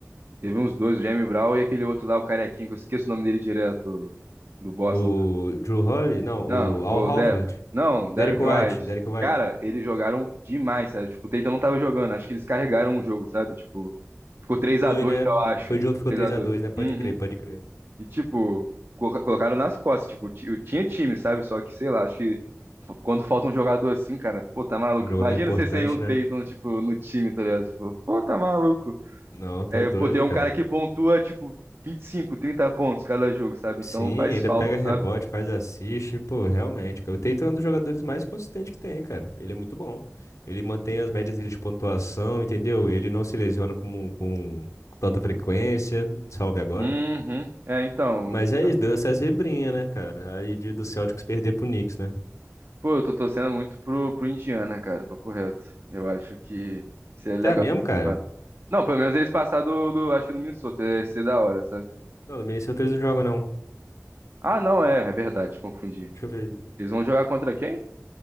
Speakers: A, on the right; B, on the left.
A: Teve uns dois, o Jamie Brown e aquele outro lá, o carequinho, que eu esqueço o nome dele direto do Boston
B: O Drew Holiday, não,
A: Não,
B: o Al
A: o
B: Horford,
A: Não, Der... não. Não, Derrick
B: Derrick White,
A: White.
B: Derrick White.
A: Cara, eles jogaram demais, sério. Tipo, o Tatum não tava jogando. Acho que eles carregaram o jogo, sabe? Tipo, ficou três
B: Foi,
A: a dois,
B: né?
A: eu acho.
B: Foi o
A: Ficou
B: jogo que ficou
A: 3x2.
B: três a dois, né? Pode
A: Uhum.
B: crer, pode crer.
A: E, tipo, coloca- colocaram nas costas. Tipo, ti- eu tinha time, sabe? Só que, sei lá, acho que f- quando falta um jogador assim, cara, pô, tá maluco.
B: Um jogo
A: Imagina
B: não é importante,
A: você sem um Tatum,
B: né?
A: tipo, no time, tá ligado? Tipo, pô, tá maluco.
B: Não, tá
A: É,
B: doido,
A: pô, tem um
B: cara.
A: cara que pontua, tipo, 25, 30 pontos cada jogo, sabe?
B: Sim,
A: Então faz
B: ainda
A: falta,
B: pega
A: sabe?
B: rebote, faz assist, pô, realmente, cara. O Tatum é um dos jogadores mais consistentes que tem, cara. Ele é muito bom. Ele mantém as médias dele de pontuação, entendeu? Ele não se lesiona com, com tanta frequência, salve agora,
A: Uhum.
B: né?
A: É, então.
B: Mas é isso, deu essa zebrinha, né, cara? Aí de, do Celtics perder pro Knicks, né?
A: Pô, eu tô torcendo muito pro, pro Indiana, cara, papo reto. Eu acho que seria legal.
B: Tá mesmo, cara?
A: Não, pelo menos eles passar do, do- acho que do Minnesota, ia ser da hora, sabe?
B: Não, no Minnesota eles não jogam, não.
A: Ah, não, é, é verdade, confundi.
B: Deixa eu ver.
A: Eles vão jogar contra quem?